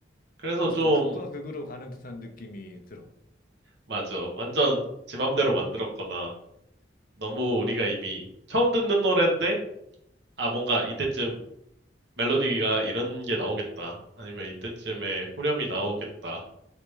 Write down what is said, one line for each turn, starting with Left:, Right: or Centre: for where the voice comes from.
Right: 그래서
Left: 그래서
Right: 좀,
Left: 좀 극과 극으로 가는 듯한 느낌이 들어.
Right: 맞아. 완전 지 맘대로 만들었거나, 너무 우리가 이미 처음 듣는 노랜데, 아, 뭔가 이때쯤 멜로디가 이런 게 나오겠다. 아니면 이때쯤에 후렴이 나오겠다.